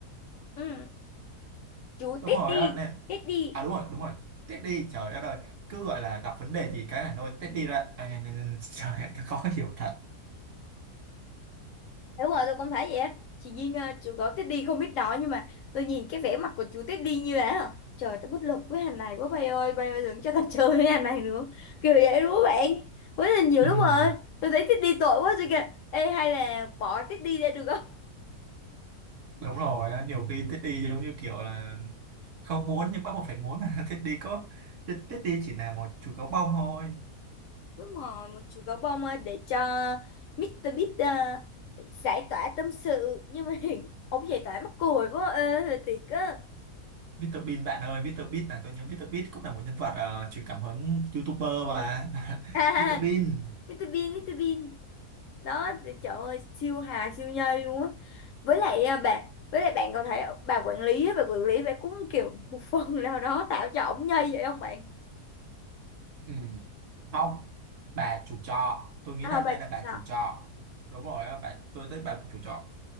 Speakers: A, on the left (about 70°); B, on the right (about 60°).
A: Ừ, chú
B: đúng
A: Teddy,
B: rồi á nên
A: Teddy
B: à đúng rồi đúng rồi tết đi trời đất ơi cứ gọi là gặp vấn đề gì cái là nôi Teddy ra à, nhờ, nhờ, nhờ, <laughs> trời ơi, nó khó hiểu thật
A: Đúng rồi, tôi cũng thấy vậy á. Chị Duyên uh, chú gấu Teddy không biết nói nhưng mà tôi nhìn cái vẻ mặt của chú Teddy như là hả? Trời tôi bất lực với hàng này quá bay ơi, bay ơi đừng cho tao <laughs> chơi với hàng này nữa. Kiểu vậy đúng không bạn? Với là nhiều
B: <laughs> Ừm,
A: lúc rồi, tôi thấy Teddy tội quá rồi kìa. Ê hay là bỏ Teddy ra được không?
B: đúng rồi á, nhiều khi tết đi giống như kiểu là không muốn nhưng bắt buộc phải muốn mà <laughs> tết đi có tết Tết đi chỉ là một chú gấu bông thôi
A: <laughs> Đúng rồi, một chú gấu bông ờ, để cho Mr. Beast ờ, giải tỏa tâm sự nhưng mà <laughs> ông giải tỏa mắc cười quá ơi thiệt á. <laughs>
B: Mr Bean bạn ơi Mr Bean là tôi nhớ Mr Bean cũng là một nhân vật ờ, truyền cảm hứng YouTuber mà
A: Ha
B: <laughs>
A: ha,
B: Mr Bean
A: Mr. Bean, Mr. Bean. đó trời ơi siêu hà siêu nhây luôn á với lại à, bà với lại bạn còn thấy bà quản lý á, bà quản lý bà cũng kiểu một <laughs> phần nào đó tạo cho ổng nhây vậy không bạn
B: Ừ. Không, bà chủ trọ, tôi nghĩ
A: à,
B: là
A: bà
B: đây là bà
A: à,
B: chủ trọ. Đúng rồi, á, bà tôi thấy bà chủ trọ